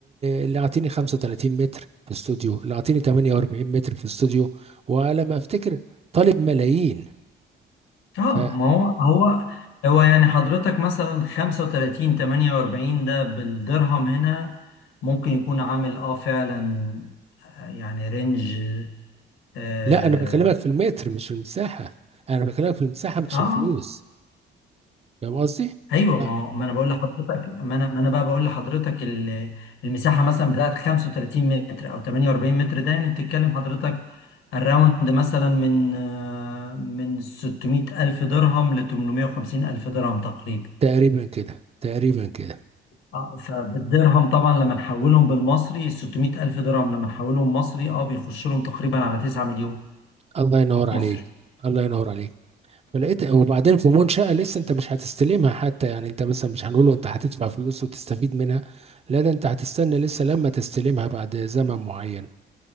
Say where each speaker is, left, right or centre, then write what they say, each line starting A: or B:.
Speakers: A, on the right; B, on the left.
A: اللي اعطيني 35 متر في استوديو اللي اعطيني 48 متر في استوديو وعلى ما افتكر طالب ملايين
B: اه
A: ف
B: ما هو هو هو يعني حضرتك مثلا 35 48 ده بالدرهم هنا ممكن يكون عامل اه فعلا آه، يعني رينج اه,
A: لا انا بكلمك في المتر مش في المساحه انا بكلمك في المساحه مش
B: آه
A: الفلوس فاهم قصدي؟
B: ايوه ما
A: آه،
B: هو- ما انا بقول لحضرتك ما انا ما انا بقى بقول لحضرتك ال- المساحه مثلا بتاعت 35 متر او 48 متر ده يعني بتتكلم حضرتك الراوند مثلا من آه، من 600 الف درهم ل 850 الف درهم تقريبا
A: تقريبا كده تقريبا كده
B: آه، فبالدرهم طبعا لما نحولهم بالمصري 600 الف درهم لما نحولهم مصري اه بيخش لهم تقريبا على 9 مليون
A: الله ينور عليك
B: مصري
A: الله ينور عليك فلقيت وبعدين في منشأة لسه انت مش هتستلمها حتى يعني انت مثلا مش هنقوله انت هتدفع فلوس وتستفيد منها لا ده انت هتستنى لسه لما تستلمها بعد زمن معين